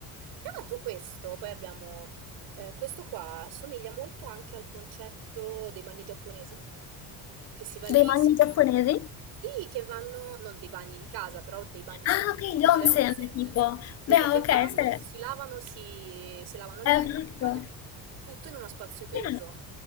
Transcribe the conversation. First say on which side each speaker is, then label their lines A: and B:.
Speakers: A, on the right; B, on the left.
A: Tra l'altro questo, poi abbiamo, eh, questo qua somiglia molto anche al concetto dei bagni giapponesi, che si va lì,
B: Dei manghi
A: si
B: giapponesi?
A: fa... Sì, che vanno, non dei bagni di casa, però dei bagni
B: Ah,
A: pubblici,
B: ok, gli
A: no?
B: onsen,
A: Le onsen.
B: tipo.
A: Sì,
B: Beh,
A: che
B: ok,
A: vanno,
B: se...
A: si lavano, si, si lavano lì,
B: Esatto.
A: fanno il bagno, tutto in uno spazio chiuso.
B: Beh,